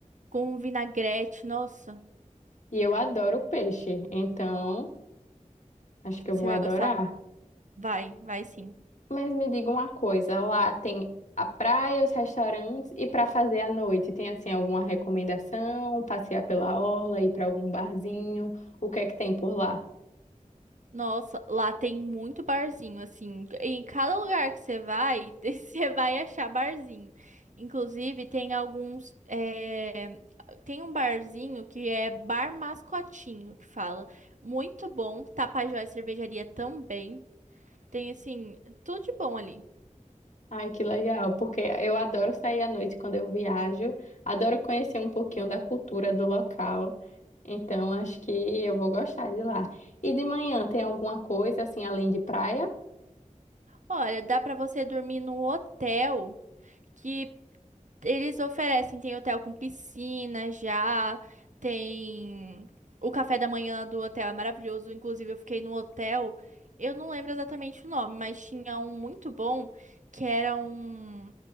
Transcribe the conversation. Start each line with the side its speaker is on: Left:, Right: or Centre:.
Right: com um vinagrete, nossa,
Left: e eu adoro peixe, então acho que eu
Right: você
Left: vou
Right: vai
Left: adorar.
Right: gostar. Vai, vai sim.
Left: Mas me diga uma coisa, lá tem a praia, os restaurantes e para fazer à noite, tem assim alguma recomendação? Passear pela orla, ir para algum barzinho? O que é que tem por lá?
Right: Nossa, lá tem muito barzinho, assim. Em cada lugar que você vai, <laughs> você vai achar barzinho. Inclusive, tem alguns. é, Tem um barzinho que é Bar Mascotinho, que fala. Muito bom. Tapajós Cervejaria também. Tem, assim, tudo de bom ali.
Left: Ai, que legal, porque eu adoro sair à noite quando eu viajo, adoro conhecer um pouquinho da cultura do local. Então, acho que eu vou gostar de lá. E de manhã tem alguma coisa assim além de praia?
Right: Olha, dá pra você dormir num hotel que Eles oferecem, tem hotel com piscina já, tem o café da manhã do hotel é maravilhoso. Inclusive, eu fiquei num hotel, eu não lembro exatamente o nome, mas tinha um muito bom que era um.